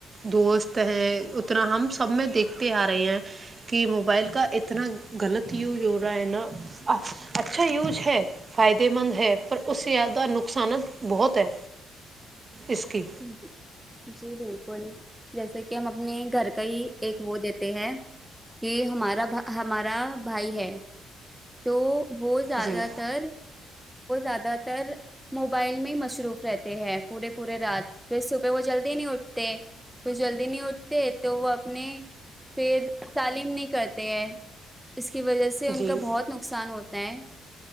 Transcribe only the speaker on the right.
دوست ہیں اتنا ہم سب میں دیکھتے آ رہے ہیں کہ موبائل کا اتنا غلط یوز ہو رہا ہے نا اچھا یوز ہے فائدے مند ہے پر اس سے زیادہ نقصانات بہت ہے اس کی
جی
جی